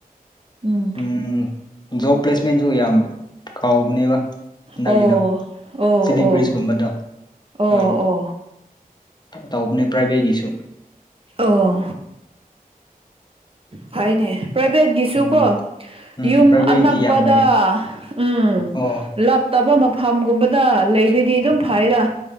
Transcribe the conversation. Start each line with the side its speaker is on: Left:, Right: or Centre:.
Right: ꯎꯝ
Left: ꯎꯝ ꯖꯣꯕ ꯄ꯭ꯂꯁꯃꯦꯟꯁꯨ ꯌꯥꯝ ꯀꯥꯎꯕꯅꯦꯕ ꯍꯟꯗꯛꯀꯤꯗꯣ
Right: ꯑꯣ ꯑꯣ
Left: ꯆꯤꯂꯤ
Right: ꯑꯣ
Left: ꯕ꯭ꯔꯤꯖꯀꯨꯝꯕꯗꯣ
Right: ꯑꯣ
Left: ꯍꯣꯏ
Right: ꯑꯣ
Left: ꯇꯧꯕꯅꯦ ꯄ꯭ꯔꯥꯏꯚꯦꯠꯀꯤꯁꯨ
Right: ꯑꯣ ꯐꯩꯅꯦ ꯄ꯭ꯔꯥꯏꯚꯦꯠꯀꯤꯁꯨ
Left: ꯎꯝ
Right: ꯀꯣ
Left: ꯎꯝ
Right: ꯌꯨꯝ
Left: ꯄ꯭ꯔꯥꯏꯚꯦꯠꯀꯤꯗꯤ
Right: ꯑꯅꯛꯄꯗ
Left: ꯌꯥꯝ ꯂꯩꯌꯦ
Right: ꯎꯝ
Left: ꯑꯣ
Right: ꯂꯞ ꯇꯕ ꯃꯐꯝꯒꯨꯝꯕꯗ ꯂꯩꯔꯗꯤ ꯑꯗꯨꯝ ꯐꯩꯌ‌ꯦꯗ